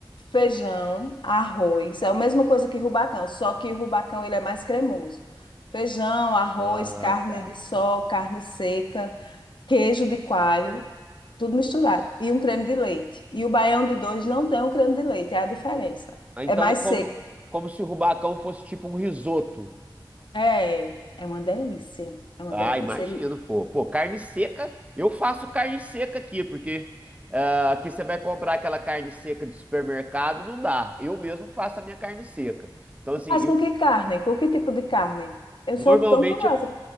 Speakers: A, on the left; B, on the right.
A: Feijão, arroz, é a mesma coisa que rubacão, só que o rubacão ele é mais cremoso. Feijão, arroz,
B: Ah,
A: carne
B: tá.
A: de sol, carne seca, queijo de coalho, tudo misturado. E um creme de leite. E o baião de dois não tem um creme de leite, é a diferença.
B: Ah, Então
A: É mais
B: é como,
A: seco.
B: como se o rubacão fosse tipo um risoto.
A: É, é uma delícia. É uma
B: Ah,
A: delícia.
B: imagino,
A: Ele
B: pô. Pô, carne seca, eu faço carne seca aqui, porque ah, aqui você vai comprar aquela carne seca de supermercado, não dá. Eu mesmo faço a minha carne seca. Então, assim,
A: faz
B: eu
A: com que carne? Com que tipo de carne? Eu
B: normalmente
A: sou tão curiosa.